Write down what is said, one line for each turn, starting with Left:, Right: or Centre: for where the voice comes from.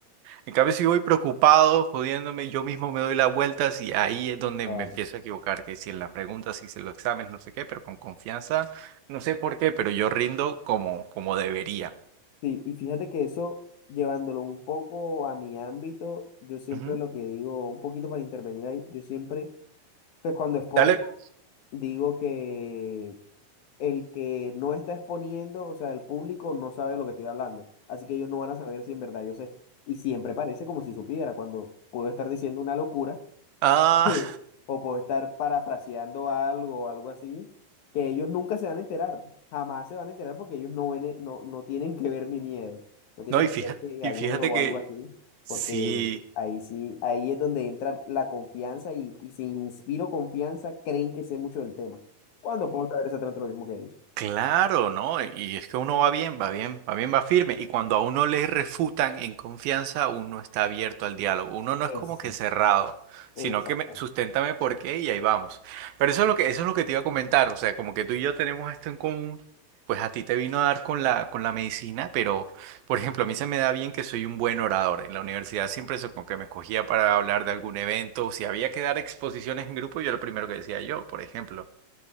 Right: en cambio, si voy preocupado, jodiéndome, yo mismo me doy las vueltas y ahí es donde
Left: Claro.
Right: me empiezo a equivocar, que si en las preguntas, si en los exámenes, no sé qué, pero con confianza, no sé por qué, pero yo rindo como, como debería.
Left: Sí, y fíjate que eso, llevándolo un poco a mi ámbito, yo siempre
Right: Ujú.
Left: lo que digo, un poquito para intervenir ahí, yo siempre, pues cuando expongo,
Right: Dale.
Left: digo que el que no está exponiendo, o sea, el público no sabe de lo que estoy hablando, así que ellos no van a saber si en verdad yo sé. Y siempre parece como si supiera, cuando puedo estar diciendo una locura
Right: Ah,
Left: <laughs> Sí. o puedo estar parafraseando algo o algo así, que ellos nunca se van a enterar, jamás se van a enterar porque ellos no ven, e- no, no tienen que ver mi miedo,
Right: <laughs>
Left: no tienen
Right: no, y
Left: que
Right: fíjate,
Left: ver que gagueo
Right: y fíjate
Left: o
Right: que
Left: algo así,
Right: si,
Left: porque ahí sí, ahí es donde entra la confianza y, y si inspiro confianza, creen que sé mucho del tema. ¿Cuándo puedo saber exactamente lo mismo que ellos?
Right: Claro, ¿no? Y es que uno va bien, va bien, va bien, va firme. Y cuando a uno le refutan en confianza, uno está abierto al diálogo. Uno no
Left: Exacto,
Right: es como que cerrado, sino
Left: exactamente,
Right: que me, susténtame por qué y ahí vamos. Pero eso es lo que, eso es lo que te iba a comentar. O sea, como que tú y yo tenemos esto en común, pues a ti te vino a dar con la, con la medicina, pero, por ejemplo, a mí se me da bien que soy un buen orador. En la universidad siempre eso como que me escogía para hablar de algún evento. Si había que dar exposiciones en grupo, yo era el primero que decía yo, por ejemplo.